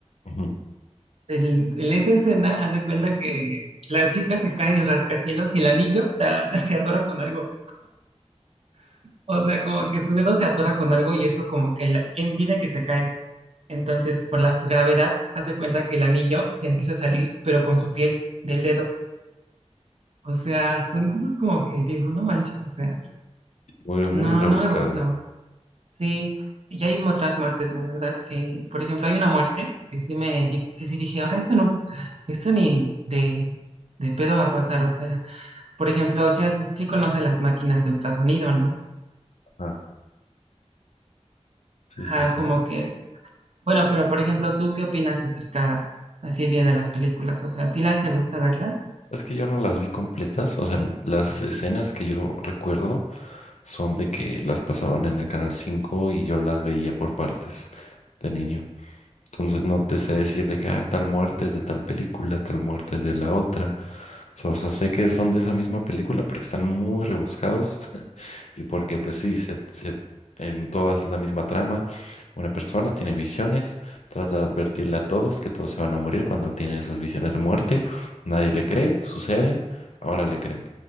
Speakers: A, on the left (about 70°); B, on the right (about 60°).
A: ujú,
B: El, en esa escena, haz de cuenta que la chica se cae del rascacielos y el anillo ah, <laughs> se atora con algo. O sea, como que su dedo se atora con algo y eso como que la, impide que se cae. Entonces, por la gravedad, haz de cuenta que el anillo se empieza a salir, pero con su piel del dedo. O sea, son cosas como que digo, no manches, o sea,
A: muy, muy
B: no,
A: rebuscado.
B: no me gustó. Sí, y hay otras muertes, la verdad, que, por ejemplo, hay una muerte que sí me dije, que sí dije, ahora esto no, esto ni de, de pedo va a pasar, o sea, por ejemplo, o sea, sí conoce las máquinas de ultrasonido, ¿no?
A: Ah, sí,
B: Ajá,
A: sí, sí.
B: como que, bueno, pero por ejemplo, ¿tú qué opinas acerca así bien de las películas? O sea, ¿sí las te gusta verlas?
A: Es que yo no las vi completas, o sea, las escenas que yo recuerdo son de que las pasaban en el Canal 5 y yo las veía por partes de niño. Entonces no te sé decir de que "Ah, tal muerte es de tal película, tal muerte es de la otra. So, o sea, sé que son de esa misma película porque están muy rebuscados <laughs> y porque pues sí, se, se- en todas es la misma trama. Una persona tiene visiones, trata de advertirle a todos que todos se van a morir cuando tiene esas visiones de muerte. Nadie le cree, suceden, ahora le creen.